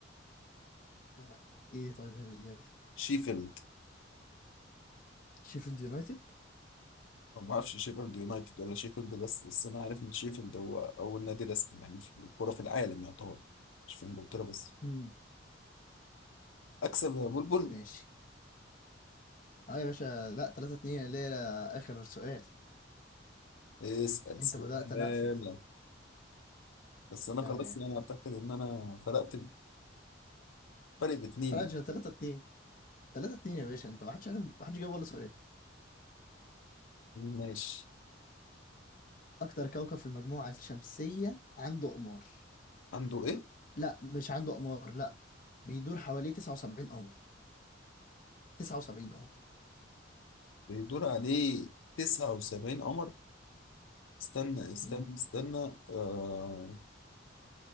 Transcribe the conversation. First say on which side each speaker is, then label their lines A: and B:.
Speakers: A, on the left; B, on the left.
A: آه. ايه طيب هي الاجابه
B: شيفيلد
A: شيفيلد يونايتد
B: أنا ما اعرفش شيفيلد يونايتد ولا شيفيلد بس بس انا عارف ان شيفيلد هو اول نادي رسمي يعني في الكورة في العالم يعتبر مش في انجلترا بس
A: مم.
B: اكسب يا بلبل
A: ماشي اه يا باشا لا 3 2 اللي هي اخر سؤال
B: اسأل
A: انت
B: سؤال
A: بدأت انا اقفل
B: بس انا
A: تمام
B: خلاص يعني اعتقد ان انا فرقت ب- فرق باتنين
A: راجع 3 2 3 2 يا باشا انت ما حدش عارف ما حدش جاوب ولا سؤال
B: ماشي
A: أكتر كوكب في المجموعة الشمسية عنده أقمار
B: عنده ايه؟
A: لا مش عنده أقمار لا بيدور حواليه 79 قمر 79 اه
B: بيدور عليه 79 قمر استنى استنى
A: مم.
B: استنى آه